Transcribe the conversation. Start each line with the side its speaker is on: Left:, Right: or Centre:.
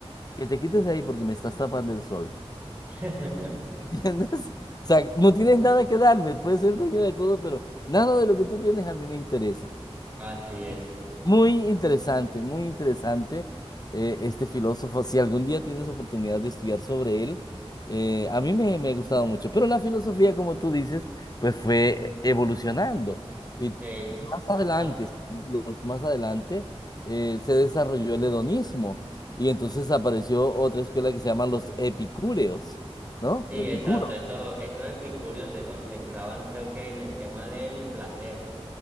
Left: Que te quites de ahí porque me estás tapando el sol.
Right: <laughs>
Left: ¿Entiendes? <laughs> O sea, no tienes nada que darme, puedes ser dueño de todo, pero nada de lo que tú tienes a mí me interesa.
Right: Así es.
Left: Es Muy interesante, muy interesante eh, este filósofo. Si algún día tienes oportunidad de estudiar sobre él, eh, a mí me, me ha gustado mucho. Pero la filosofía, como tú dices, pues fue evolucionando. Y
Right: De,
Left: más adelante,
Right: ajá,
Left: siglos más adelante, eh, se desarrolló el hedonismo. Y entonces apareció otra escuela que se llaman los epicúreos, ¿no?
Right: sí,
Left: Epicuro.
Right: exacto. Estos, estos epicúreos se concentraban, creo que, en el tema del placer.